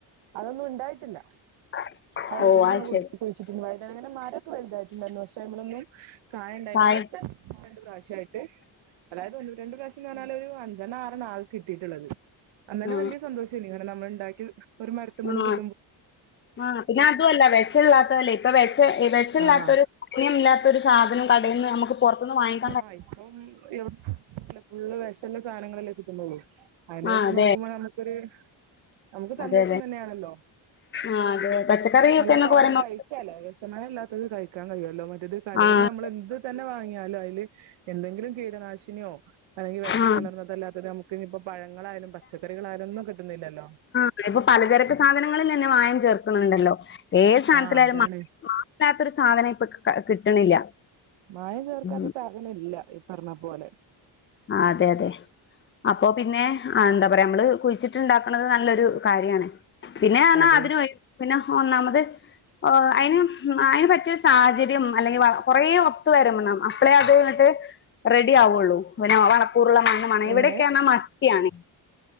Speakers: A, on the right (about 80°); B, on the left (about 25°).
A: അതൊന്നും ഇതായിട്ടില്ല
B: <inaudible>
A: വഴുതനങ്ങ
B: ശരി
A: കുഴിച്ചിട്ടുണ്ട് വഴുതനങ്ങൻ്റ മരൊക്കെ വലുതായിട്ടുണ്ടായിരുന്നു പക്ഷേ അതിനൊന്നും കായ ഇണ്ടായില്ല
B: കായ്
A: വെട്ട് രണ്ട് പ്രാവശ്യായിട്ട് അതായത് ഒന്ന് രണ്ട് പ്രാവശ്യ ക്കന്ന്പറഞ്ഞാലൊരു അഞ്ചെണ്ണം ആറെണ്ണം ആകെ കിട്ടിയിട്ടുള്ളത് അന്നന്നെ
B: ആ
A: വലിയ സന്തോഷം ന്നെ നമ്മൾ ഇണ്ടാക്കിയ ഒരു മരത്തുമ്മന്ന്
B: ആ
A: കിട്ട്
B: ആ ആഹ് പിന്നെ അതും അല്ല വെഷ ഇല്ലാത്തല്ലേ ഇപ്പൊ വെഷ വെഷ ഇല്ലാത്തൊരു
A: ആഹ്
B: മായം ഇല്ലാത്തൊരു സാധനം കടേന്ന് നമുക്ക് പുറത്തുന്ന് വാങ്ങിക്ക
A: ആഹ് ഇപ്പം ഇവിടെ ഫുള്ള് വെഷള്ള സാധനങ്ങളല്ലേ കിട്ടുന്നുള്ളൂ അതിനെ
B: ആഹ്
A: വെച്ച്
B: അതെ
A: നോക്കുമ്പോ നമുക്കൊരു നമുക്ക്
B: അതെ
A: സന്തോഷം
B: അതെ
A: തന്നെയാണല്ലോ
B: ആഹ് അതെ പച്ചക്കറിയൊക്കെ
A: നല്ല
B: എന്നൊക്കെ
A: സാധനം
B: പറയുമ്പോ
A: കഴിക്കാല്ലോ വെഷമയ അല്ലാത്തത് കഴിക്കാൻ കഴിയ്വല്ലോ മറ്റേ റ്റത് കടേന്ന്
B: ആഹ്
A: നമ്മള് എന്ത് തന്നെ വാങ്ങിയാലും അയില് എന്തെങ്കിലും കീടനാശിനിയോ അല്ലെങ്കി വെഷം
B: ആഹ്
A: കലർന്നതല്ലാത്തത് നമുക്ക് ഇനിയിപ്പോ പഴങ്ങളായാലും പച്ചക്കറികളായാലും ഒന്നും കിട്ടുന്നില്ലല്ലോ
B: ആഹ് ഇപ്പോ പലചരക്ക് സാധനങ്ങളിലന്നെ മായം ചേർക്കുന്നുണ്ടല്ലോ ഏത് സാനത്തിലായാലും
A: ആഹ് അതാണ്
B: മാ മാ ഇല്ലാത്തൊരു സാധനം ഇപ്പൊ കാ കാ കിട്ടണില്ല
A: മായം ചേർക്കാത്ത
B: ഉം
A: സാധനം ഇല്ല ഈ പറഞ്ഞ പോലെ
B: ആഹ് അതെ അതെ അപ്പൊ പിന്നെ ആഹ് എന്താ പറയാ നമ്മള് കുഴിച്ചിട്ടിണ്ടാക്കണത് നല്ലൊരു കാര്യാണ് പിന്നെ എന്നാ
A: അതെ
B: അതിനും ആയി പിന്നെ ഒന്നാമത് ഓഹ് അയ്ന് ഉം അയിന് പറ്റിയൊരു സാഹചര്യം അല്ലെങ്കി വളം കൊറേ ഒത്തു വരണം അപ്പളെ അത് ഇങ്ങട്ട് റെഡിയാവൊള്ളൂ പിന്നെ വളക്കൂറുള്ള മണ്ണ് വേണം ഇവിടെയൊക്കെയാണെ
A: എങ്ങനെ
B: മട്ട്യാണ്